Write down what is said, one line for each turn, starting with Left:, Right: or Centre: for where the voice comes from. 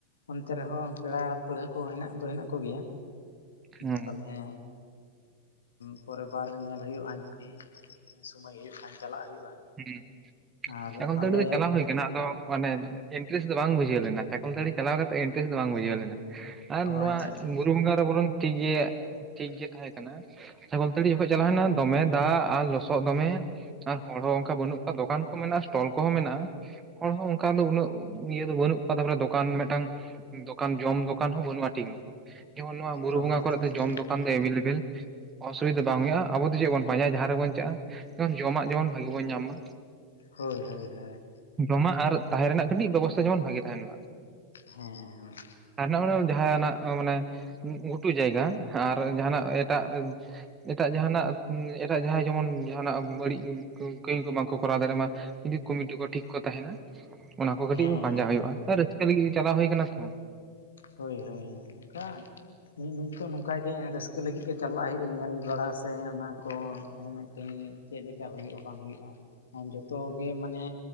Left: ᱚᱱᱛᱮ ᱨᱮᱦᱚᱸ ᱯᱮᱲᱟ ᱯᱟᱹᱲᱦᱟᱹ ᱠᱚ ᱦᱮᱱᱟᱜ ᱫᱚ ᱦᱮᱱᱟᱜ ᱠᱚ ᱜᱮᱭᱟ᱾
Right: ᱦᱩᱸ
Left: ᱛᱟᱞᱦᱮ ᱯᱚᱨᱮᱨ ᱵᱟᱨ ᱧᱮᱞ ᱦᱩᱭᱩᱜᱼᱟ ᱡᱩᱫᱤ ᱤᱠᱟᱹ᱾ ᱥᱳᱢᱳᱭ ᱦᱩᱭᱩᱜ ᱠᱷᱟᱱ ᱪᱟᱞᱟᱜ ᱦᱩᱭᱩᱜᱼᱟ᱾
Right: ᱦᱮᱸ
Left: ᱟᱨ
Right: ᱪᱟᱠᱚᱞᱼᱛᱟᱹᱲᱤ
Left: ᱟᱞᱮ
Right: ᱫᱚ ᱪᱟᱞᱟᱣ ᱦᱩᱭ ᱠᱟᱱᱟ, ᱟᱫᱚ᱾ ᱢᱟᱱᱮ ᱤᱱᱴᱟᱨᱮᱥᱴ ᱫᱚ ᱵᱟᱝ ᱵᱩᱡᱷᱟᱹᱣ ᱞᱮᱱᱟ ᱪᱟᱠᱚᱞ ᱛᱟᱲᱤ ᱪᱟᱞᱟᱣ ᱠᱟᱛᱮᱫ ᱤᱱᱴᱟᱨᱮᱥᱴ ᱫᱚ ᱵᱟᱝ ᱵᱩᱡᱷᱟᱹᱣ ᱞᱮᱱᱟ᱾ ᱟᱨ
Left: ᱚ
Right: ᱱᱚᱣᱟ
Left: ᱟᱪᱪᱷᱟ ᱟᱪᱪᱷᱟ
Right: ᱵᱩᱨᱩ ᱵᱚᱸᱜᱟ ᱨᱮ ᱵᱚᱨᱚᱱ ᱴᱷᱤᱠ ᱜᱮ ᱴᱷᱤᱠ ᱜᱮ ᱛᱟᱦᱮᱸ ᱠᱟᱱᱟ᱾ ᱥᱟᱹᱲᱤ ᱡᱚᱠᱷᱚᱱ ᱪᱟᱞᱟᱣ ᱦᱩᱭ ᱞᱮᱱᱟ ᱫᱚᱢᱮ ᱫᱟᱜ ᱟᱨ ᱞᱚᱥᱚᱫ ᱫᱚᱢᱮ ᱟᱨ᱾ ᱦᱚᱲ ᱦᱚᱸ ᱚᱱᱠᱟ ᱵᱟᱹᱱᱩᱜ ᱠᱚᱣᱟ ᱫᱚᱠᱟᱱ ᱠᱚ ᱢᱮᱱᱟᱜᱼᱟ ᱥᱴᱚᱞ ᱠᱚᱦᱚᱸ ᱢᱮᱱᱟᱜᱼᱟ᱾ ᱦᱚᱲ ᱦᱚᱸ ᱚᱱᱠᱟ ᱫᱚ ᱩᱱᱟᱹᱜ ᱤᱭᱟᱹ ᱫᱚ ᱵᱟᱹᱱᱩᱜ ᱠᱚᱣᱟ ᱛᱟᱯᱚᱨᱮ ᱫᱚᱠᱟᱱ ᱢᱤᱫᱴᱟᱝ᱾ ᱫᱚᱠᱟᱱ ᱡᱚᱢ ᱫᱚᱠᱟᱱ ᱦᱚᱸ ᱵᱟᱹᱱᱩᱜᱼᱟ ᱴᱷᱤᱠ ᱢᱚᱛᱚ ᱡᱮᱢᱚᱱ ᱱᱚᱣᱟ ᱵᱩᱨᱩ
Left: ᱚ
Right: ᱵᱚᱸᱜᱟ
Left: ᱟᱪᱪᱷᱟ
Right: ᱠᱚᱨᱮ
Left: ᱟᱪᱪᱷᱟ
Right: ᱫᱚ ᱡᱚᱢ ᱫᱚᱠᱟᱱ᱾ ᱫᱚᱠᱟᱱ ᱫᱚ ᱮᱵᱮᱞ ᱮᱵᱮᱞ ᱚᱥᱩᱵᱤᱫᱟ ᱵᱟᱝ ᱦᱩᱭᱩᱜᱼᱟ ᱟᱵᱚ ᱫᱚ ᱪᱮᱫ ᱵᱚᱱ ᱯᱟᱸᱡᱟᱭᱟ ᱡᱟᱦᱟᱸ ᱨᱮᱵᱚᱱ ᱪᱟᱜ ᱡᱮᱢᱚᱱ ᱡᱚᱢᱟᱜ ᱡᱮᱢᱚᱱ᱾ ᱵᱷᱟᱜᱤ ᱵᱚᱱ ᱧᱟᱢ ᱢᱟ᱾
Left: ᱦᱳᱭ ᱦᱳᱭ ᱦᱳᱭ᱾
Right: ᱡᱚᱢᱟᱜ ᱟᱨ ᱛᱟᱦᱮᱸ ᱨᱮᱱᱟᱜ ᱠᱟᱹᱴᱤᱡ ᱵᱮᱵᱚᱥᱛᱷᱟ ᱡᱮᱢᱚᱱ ᱵᱷᱟᱜᱤ ᱛᱟᱦᱮᱱ ᱢᱟ᱾
Left: ᱦᱮᱸ ᱦᱮᱸ᱾
Right: ᱟᱨ ᱱᱚᱜᱚᱭ ᱡᱟᱦᱟᱱᱟᱜ ᱢᱟᱱᱮ ᱜᱷᱩᱴᱩ ᱡᱟᱭᱜᱟ ᱟᱨ ᱡᱟᱦᱟᱱᱟᱜ ᱮᱴᱟᱜ᱾ ᱮᱴᱟᱜ ᱡᱟᱦᱟᱱᱟᱜ ᱮᱴᱟᱜ ᱡᱟᱦᱟᱸᱭ ᱡᱮᱢᱚᱱ ᱡᱟᱦᱱᱟᱜ ᱵᱟᱹᱲᱤᱡ᱾ ᱠᱟᱹᱢᱤ ᱠᱚ ᱵᱟᱝᱠᱚ ᱠᱚᱨᱟᱣ ᱫᱟᱲᱮᱭᱟᱜ ᱢᱟ ᱡᱩᱫᱤ ᱠᱚᱢᱤᱴᱤ ᱠᱚ ᱴᱷᱤᱠ ᱠᱚ ᱛᱟᱦᱮᱱᱟ᱾ ᱚᱱᱟ ᱠᱚ ᱠᱟᱹᱴᱤᱡ
Left: ᱦᱮᱸ
Right: ᱯᱟᱸᱡᱟ
Left: ᱦᱮᱸ ᱦᱮᱸ
Right: ᱦᱩᱭᱩᱜᱼᱟ ᱨᱟᱹᱥᱠᱟᱹ ᱞᱟᱹᱜᱤᱫ ᱪᱟᱞᱟᱣ ᱦᱩᱭ ᱠᱟᱱᱟ ᱛᱚ᱾
Left: ᱦᱳᱭ ᱦᱳᱭ ᱚᱱᱠᱟ᱾ ᱱᱤᱛ ᱫᱚ ᱱᱚᱝᱠᱟ ᱜᱮ ᱨᱟᱹᱥᱠᱟᱹ ᱞᱟᱹᱜᱤᱫ ᱜᱮ ᱪᱟᱞᱟᱜ ᱦᱩᱭᱩᱜᱼᱟ ᱧᱮᱞ ᱵᱟᱲᱟ ᱥᱮ ᱚᱱᱟ ᱠᱚ ᱢᱤᱫᱴᱮᱱ᱾ ᱪᱮᱫ ᱞᱮᱠᱟ ᱦᱩᱭᱩᱜᱼᱟ ᱵᱟᱝ ᱦᱩᱭᱩᱜᱼᱟ ᱡᱚᱛᱚ ᱜᱮ ᱢᱟᱱᱮ᱾